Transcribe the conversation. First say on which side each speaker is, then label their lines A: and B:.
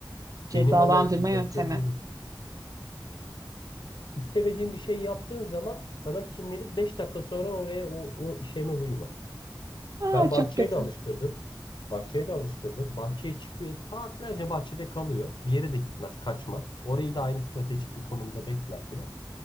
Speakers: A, on the right; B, on the left.
A: cezalandırma
B: Benim hemen di-
A: yöntemi.
B: yattığım yerin. İstemediğin bir şey yaptığın zaman sana kinlenip Beş dakika sonra oraya o, o işeme huyu var.
A: Aa,
B: Ben
A: çok
B: bahçeye
A: kötü.
B: de alıştırdım. Bahçeye de alıştırdım. Bahçeye çıkıyor. Saatlerce bahçede kalıyor. Bir yere de gitmez, kaçmaz. Orayı da aynı stratejik bir konumda bekler filan.